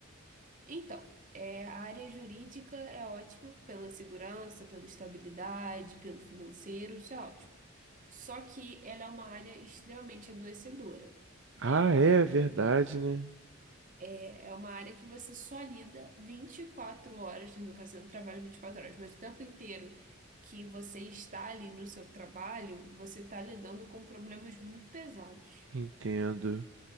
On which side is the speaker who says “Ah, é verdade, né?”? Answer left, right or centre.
Right